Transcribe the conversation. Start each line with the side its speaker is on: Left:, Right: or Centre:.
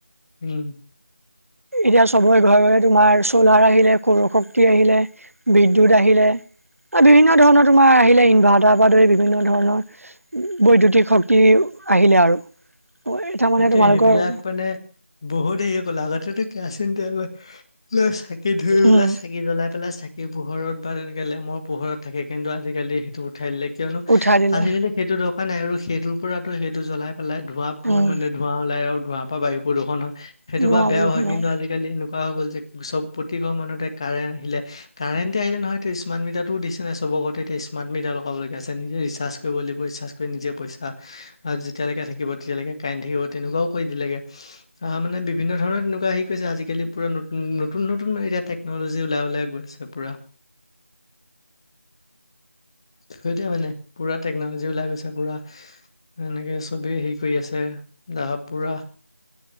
Left: উম।
Right: এতিয়া চবৰে ঘৰে, ঘৰে তোমাৰ চোলাৰ আহিলে, সৌৰ শক্তি আহিলে। বিদ্যুৎ আহিলে, এ বিভিন্ন ধৰণৰ তোমাৰ আহিলে ইনভাৰ্টাৰ পা ধৰি বিভিন্ন ধৰণৰ বৈদ্যুতিক শক্তি আহিলে আৰু। তাৰ মানে
Left: সেইটোৱে
Right: তোমালোকৰ
Left: সেইবিলাক মানে বহুত হেৰি গ'ল, আগতে কেৰাচিন তেল চাকি ধৰি পেলাই
Right: উম
Left: চাক চাকি জ্বলাই পেলাই চাকি পোহৰত বা তেনেকে লেমৰ পোহৰত থাকে, কিন্তু আজিকালি সেইটো উঠাই দিলে, কিয়নো
Right: উঠাই দিলে
Left: আজিকালি সেইটো দৰকাৰ নাই আৰু সেইটোৰ পৰাতো সেইটো জ্বলাই পেলাই ধোঁৱা বো
Right: উম
Left: মানে ধোঁৱা ওলাই আৰু ধোঁৱাৰ পৰা বায়ু প্ৰদূষণ হয়। সেইটোৰ
Right: বুঢ়া
Left: পৰা বেয়াও
Right: বৰষুণত
Left: হয় কিন্তু আজি কালি এনেকুৱা হৈ গল যে চব প্ৰতি ঘৰ মানুহতে কাৰেন্ট আহিলে কাৰেণ্টে আহিলে নহয়টো স্মাৰট মিটাৰটো দিছে নাই চবৰ ঘৰতে এতিয়া স্মাৰ্ট মিটাৰ লগাব লগীয়া হৈছে। নিজে ৰিচাৰ্জ কৰিব লাগিব ৰিচাৰ্জ নিজে পইচা যেতিয়ালৈকে থাকিব তেতিয়ালৈকে কাৰেণ্ট থাকিব তেনেকুৱাও কৰি দিলেগে। আ, মানে বিভিন্ন ধৰণৰ তেনেকুৱা হেই কৰিছে আজিকালি পুৰা নতু-নতুন মানে এতিয়া টেক টেকন'লজী ওলাই, ওলাই গৈ আছে পুৰা।
Right: <inaudible>
Left: সেইটোয় মানে পুৰা টেকনলজি ওলাই গৈছে পুৰা, এনেকে চবে হেৰি কৰি আছে। এ তাৰপাছত পুৰা